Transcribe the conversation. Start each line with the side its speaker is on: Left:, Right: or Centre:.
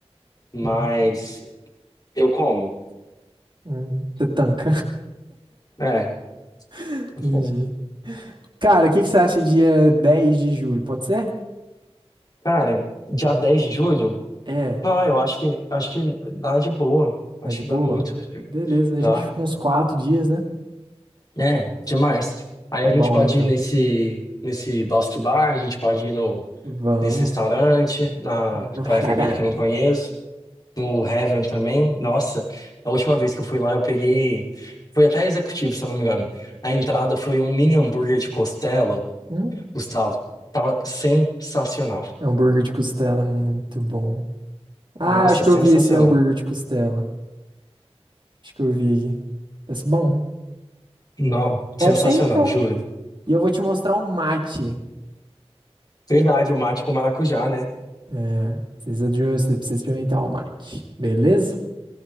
Left: mas
Right: Uhum,
Left: eu como.
Right: uhum. Você tanca.
Left: É.
Right: <laughs>
Left: eu
Right: Entendi.
Left: como.
Right: Cara, o que que você acha dia 10 de julho? Pode ser?
Left: Cara, dia dez de julho?
Right: É,
Left: Não, eu acho que acho que dá de boa. Acho
Right: tá de
Left: que
Right: boa?
Left: dá muito.
Right: Beleza, a
Left: Dá.
Right: gente fica uns quatro dias, né?
Left: É, demais. Aí
Right: Tá
Left: a
Right: bom,
Left: gente pode
Right: então.
Left: ir nesse, nesse Bosque Bar, a gente pode ir no,
Right: Vamos.
Left: nesse restaurante, na
Right: Vamos no
Left: Praia
Right: Heaven.
Left: Vermelha que eu não conheço, no Heaven também. Nossa, a última vez que eu fui lá eu peguei. Foi até executivo, se eu não me engano. A entrada foi um mini hambúrguer de costela,
Right: Hum?
Left: Gustavo. Tava sensacional.
Right: Hambúrguer de costela, é muito bom. Ah,
Left: Nossa,
Right: eu acho
Left: sensacional.
Right: que eu vi esse hambúrguer de costela. Acho que eu vi aqui. Parece bom.
Left: Não,
Right: Pode
Left: sensacional,
Right: ser então.
Left: juro.
Right: E eu vou te mostrar o mate.
Left: Verdade, o mate com maracujá, né?
Right: É, precisa de, você precisa experimentar o mate. Beleza?